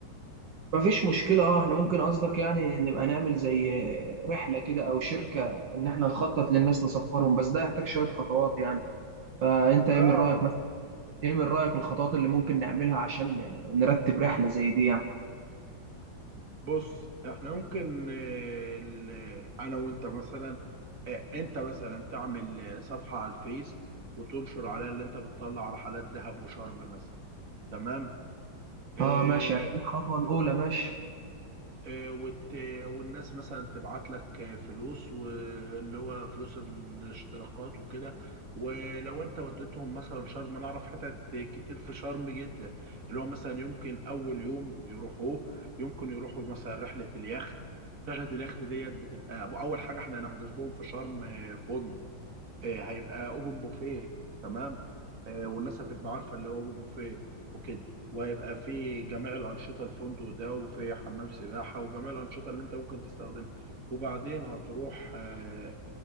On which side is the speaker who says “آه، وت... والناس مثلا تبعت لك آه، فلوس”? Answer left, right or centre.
Right